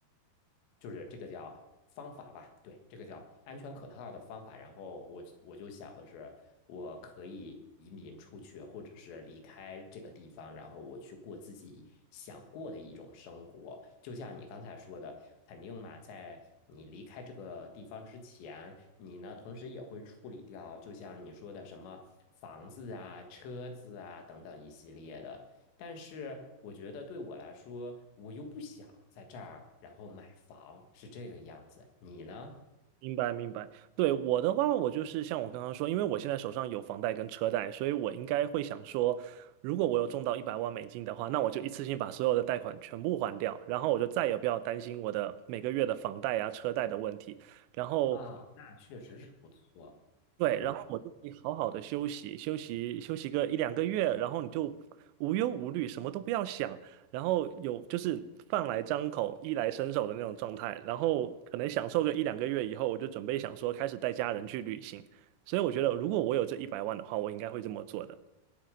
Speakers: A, on the left (about 80°); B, on the right (about 85°).
A: 就是这个叫方法吧，对，这个叫安全可靠的方法。然后我我就想的是，我可以移民出去，或者是离开这个地方，然后我去过自己想过的一种生活。就像你刚才说的，肯定嘛，在你离开这个地方之前，你呢同时也会处理掉，就像你说的什么房子啊、车子啊等等一系列的。但是我觉得对我来说，我又不想在这儿，然后买房，是这个样子。你呢？
B: 明白明白。对，我的话，我就是像我刚刚说，因为我现在手上有房贷跟车贷，所以我应该会想说，如果我有中到一百万美金的话，那我就一次性把所有的贷款全部还掉，然后我就再也不要担心我的每个月的房贷啊、车贷的问题。然后，
A: 啊，那确实是不错。
B: 对，
A: 对，
B: 然后我就可以好好的休息，休息休息个一两个月，然后你就无忧无虑，什么都不要想，然后有就是饭来张口、衣来伸手的那种状态，然后可能享受个一两个月以后，我就准备想说开始带家人去旅行。所以我觉得，如果我有这一百万的话，我应该会这么做的。